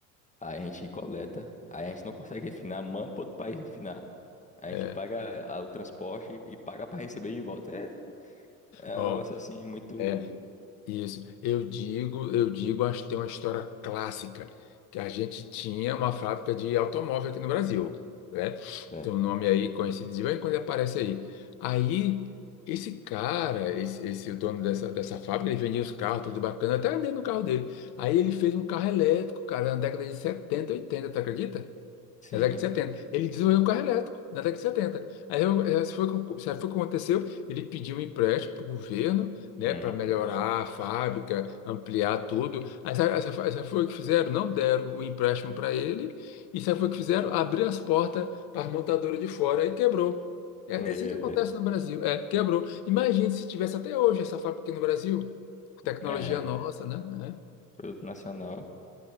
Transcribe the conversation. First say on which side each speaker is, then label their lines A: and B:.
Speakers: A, on the left; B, on the left.
A: aí a gente coleta, aí a gente não consegue refinar, manda para outro país refinar, aí
B: É,
A: a gente paga a- o transporte e paga para receber de volta. É É
B: ó.
A: um negócio assim muito.
B: é, Isso, eu digo, eu digo, acho que tem uma história clássica, que a gente tinha uma fábrica de automóvel aqui no Brasil, né?
A: É,
B: Tem um nome aí conhecido de vez em quando ele aparece aí. Aí, esse cara, esse, esse o dono dessa, dessa fábrica, ele vendia os carros, tudo bacana, até andei no carro dele. Aí ele fez um carro elétrico, cara, na década de 70 80 tu acredita?
A: sim.
B: Na década de 70 Ele desenvolveu um carro elétrico na década de setenta Aí eu- eh, se foi, o que se foi o que aconteceu, ele pediu um empréstimo para o governo, né,
A: Hum.
B: para melhorar a fábrica, ampliar tudo. Aí sabe, aí sabe- aí sabe foi o que fizeram? Não deram o empréstimo para ele. E sabe foi o que fizeram? Abriu as portas para as montadoras de fora e quebrou. É,
A: Medo.
B: é assim que acontece no Brasil. É, quebrou. Imagine se tivesse até hoje essa fábrica aqui no Brasil. Tecnologia
A: É,
B: nossa, né?
A: produto nacional.